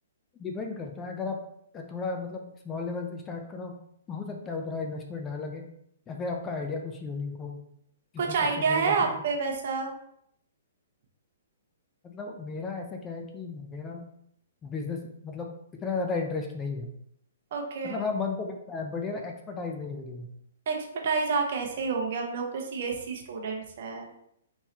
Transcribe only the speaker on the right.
कुछ
आइडिया
है
आप
पे वैसा
ओके
एक्सपर्टाइज हाँ कैसे ही होंगे हम लोग तो सीएससी स्टूडेंट्स हैं